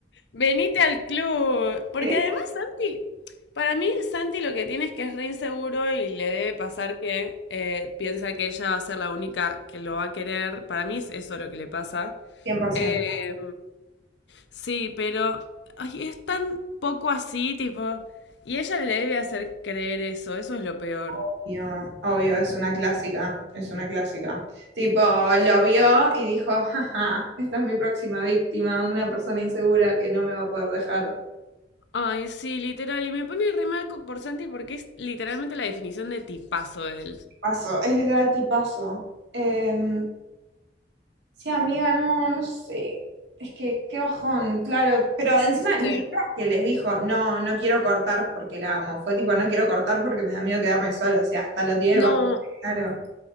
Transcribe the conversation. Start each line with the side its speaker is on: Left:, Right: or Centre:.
Left: Venite al club. Porque
Right: Vení.
Left: además Santi, para mí Santi lo que tiene es que es re inseguro y le debe pasar que eh, piensa que ella va a ser la única que lo va a querer. Para mí es eso lo que le pasa.
Right: cien por ciento
Left: Eh, sí, pero ay, es tan poco así, tipo. Y ella le debe hacer creer eso, eso es lo peor.
Right: obvio, obvio, es una clásica, es una clásica. Tipo, lo vio y dijo, jaja, esta es mi próxima víctima, una persona insegura que no me va a poder dejar.
Left: Ay, sí, literal. Y me pone re mal co- por Santi porque es literalmente la definición de tipazo él.
Right: Paso, es literal tipazo. Eh, Sí, amiga, no, no sé. Es que qué bajón, claro. Pero encima
Left: Sí.
Right: ni siquiera es que les dijo, no, no quiero cortar porque la amo. Fue tipo, no quiero cortar porque me da miedo quedarme solo. O sea, hasta lo tiene
Left: No,
Right: bastante claro,